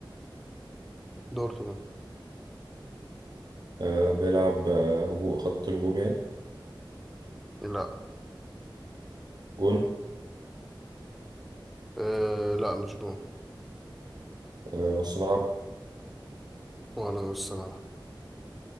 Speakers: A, in the centre; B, on the right (about 55°).
A: دورتموند
B: آه، بيلعب آه، هجوم خط الهجوم يعني
A: لا
B: جون
A: أه... لا مش جون
B: آه، نص ملعب
A: ولا نص ملعب